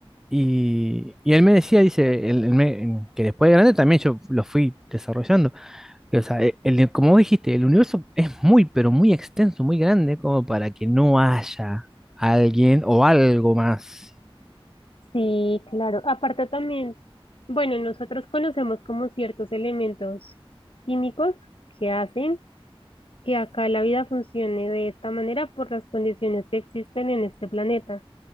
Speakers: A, in the centre; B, on the left.
A: Y, y él me decía, dice, él- él me- en- que después de grande también yo lo fui desarrollando. que, o sea, e- el, como vos dijiste, el universo es muy, pero muy extenso, muy grande, como para que no haya alguien o algo más.
B: sí, claro. Aparte también, bueno, nosotros conocemos como ciertos elementos químicos que hacen que acá la vida funcione de esta manera por las condiciones que existen en este planeta,